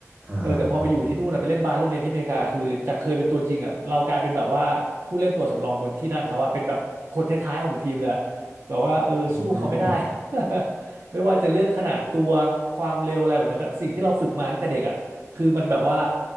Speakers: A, on the right (about 30°); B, on the right (about 60°).
A: อ่าครับผม
B: เออแต่พอไปอยู่ที่นู่นอ่ะไปเล่นบาสโรงเรียนที่อเมริกาคือจากเคยเป็นตัวจริงอ่ะเรากลายเป็นแบบว่าผู้เล่นตัวสำรองบนที่นั่งเขาอ่ะเป็นแบบคนท้ายๆของทีมเลยอะแบบว่าเออสู้เขาไม่ได้
A: อืม
B: <laughs> ไม่ว่าจะเรื่องขนาดตัวความเร็วอะไรแบบนั้นอะสิ่งที่เราฝึกมาตั้งแต่เด็กอ่ะคือมันแบบว่า